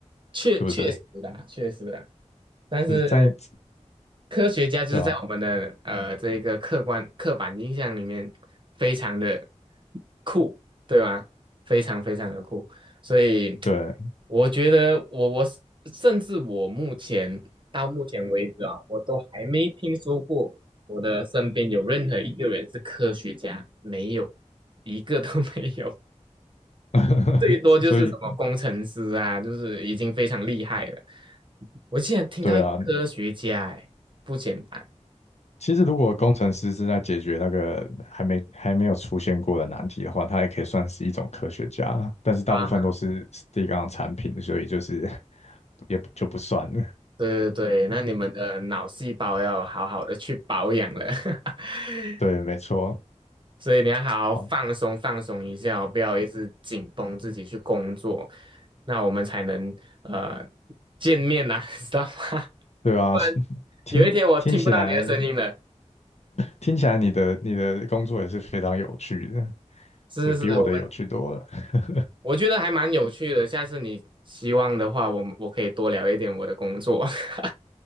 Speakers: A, on the right (about 40°); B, on the left (about 60°).
A: 确确实的，
B: 对不对？
A: 确实的，但是。
B: 就是在
A: 科学家就是在我们的呃这一个客观刻板印象里面非常的
B: 对吧？
A: 酷，对吧？非常非常的酷，所以
B: 对，
A: 我觉得我我甚至我目前到目前为止啊，我都还没听说过我的身边有任何一个人是科学家，没有一个都 <laughs> 没有，
B: <laughs>
A: 最多就是什么工程师啊，
B: 所以
A: 就是已经非常厉害了。我竟然听到一个科学家，
B: 对啊，
A: 哎，不简单。
B: 其实如果工程师是在解决那个还没还没有出现过的难题的话，他也可以算是一种科学家，但是大部分都是第一个产品，
A: 啊，
B: 所以就是 <laughs> 也就不算了。
A: 对对对，那你们的脑细胞要好好的去保养了，<laughs>
B: 对，没错，
A: 所以你要好好放松放松一下哦，
B: 好，
A: 不要一直紧绷自己去工作，那我们才能呃见面呐、<laughs> 知道吗？
B: 对啊，
A: 不然
B: <laughs> 是听听起来，
A: 有一天我听不到你的声音了。
B: 听起来你的你的工作也是非常有趣的，
A: 是是是，
B: 对，比我的有趣多了。
A: 我们
B: <laughs>
A: 我觉得还蛮有趣的，下次你希望的话，我们我可以多聊一点我的工作。<laughs>